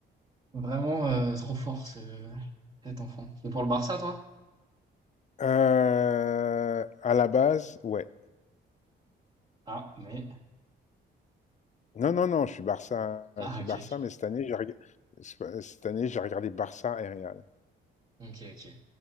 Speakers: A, on the right; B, on the left.
A: vraiment euh, trop fort ce, cet enfant. Et pour le Barça, toi?
B: Euh, à la base, ouais.
A: Ah, mais
B: Non, non, non, je suis Barça,
A: ah,
B: je suis
A: ok,
B: Barça, mais cette année, j'ai reg- c'est pas- cette année, j'ai regardé Barça et Real.
A: ok, ok, ok. Ouais,